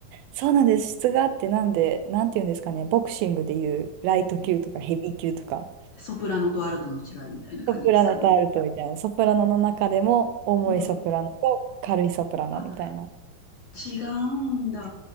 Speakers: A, on the right; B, on the left.
A: そうなんです。質があって、なんで、なんていうんですかね、ボクシングでいうライト級とかヘビー級とか。
B: うんソプラノとアルトの違いみたいな感じですかね。
A: ソプラノとアルトみたいな。ソプラノの中でも重いソプラノと軽いソプラノみたいな。
B: うん。あ、違うんだ。